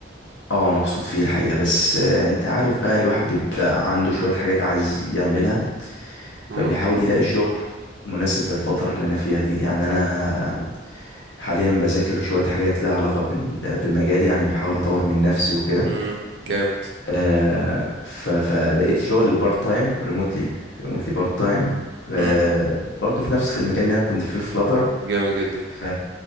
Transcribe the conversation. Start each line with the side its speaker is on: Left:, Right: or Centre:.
Left: اه مبسوط فيه الحقيقه بس آه، انت عارف بقى الواحد بيبقى عنده شويه حاجات عايز يعملها فبيحاول
Right: امم
Left: يلاقي شغل مناسب للفتره اللي انا فيها دي يعني انا حاليا بذاكر شويه حاجات لها علاقه بال- بمجالي يعني بحاول اطور من نفسي وكده
Right: امم جامد
Left: آه ف... فلقيت شغل بارت تايم ريموتلي ريموتلي بارت تايم آه
Right: امم
Left: برضو في نفس المجال اللي انا كنت فيه في فلاتر
Right: جامد جدا
Left: ف...